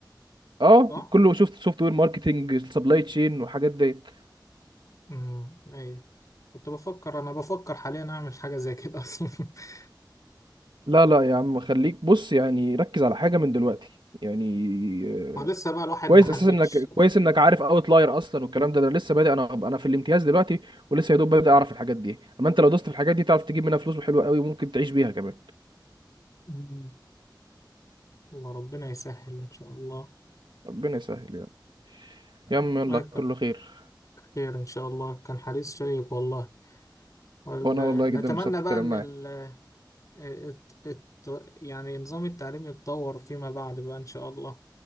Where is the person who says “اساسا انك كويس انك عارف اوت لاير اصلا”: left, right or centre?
Right